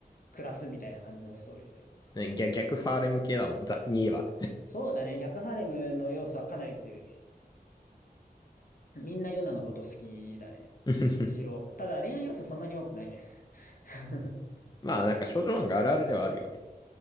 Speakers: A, on the left; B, on the left.
A: 暮らすみたいな感じのストーリーだね。
B: ね逆、逆ファーレム系だもん、雑に言えば。
A: そうだね。逆ハレムの要素はかなり強い。みんなヨナのこと好きだね。
B: <laughs>
A: 一応。ただ恋愛要素そんなに多くないね。<laughs>
B: まあ、なんか少女漫画あるあるではあるよね。